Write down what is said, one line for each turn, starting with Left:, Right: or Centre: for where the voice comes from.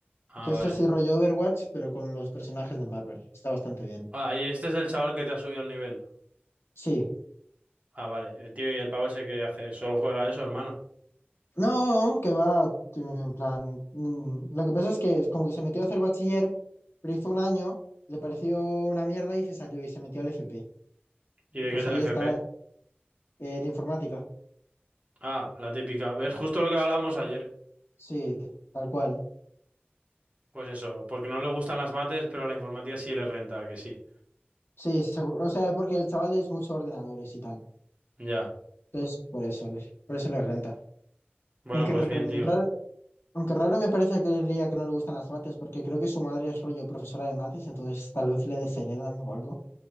Right: Ah,
Left: Que
Right: vale.
Left: es así rollo Overwatch, pero con los personajes de Marvel. Está bastante bien.
Right: Ah, y este es el chaval que te ha subido el nivel.
Left: Sí.
Right: Ah, vale. El Tío, ¿y el pavo ese que hace? Solo juega eso, hermano.
Left: No, que va, en plan, mm, lo que pasa es que es como que se metió a hacer bachiller, pero hizo un año, le pareció una mierda y se salió y se metió al FP.
Right: ¿Y de
Left: Y pues
Right: qué es el
Left: ahí
Right: FP?
Left: está, eh, de informática.
Right: Ah, la típica. ¿Ves? Justo lo que hablábamos ayer.
Left: Sí, tal cual.
Right: Pues eso, porque no le gustan las mates, pero la informática sí le renta, que sí.
Left: Sí, seguro, o sea, porque el chaval es mucho ordenadores y tal.
Right: Ya.
Left: Entonces, por eso, le- por eso le renta.
Right: Bueno,
Left: Aunque
Right: pues
Left: raro,
Right: bien, tío.
Left: aunque raro me parece que diría que no le gustan las mates, porque creo que su madre es rollo profesora de mates, entonces tal vez le desheredan o algo.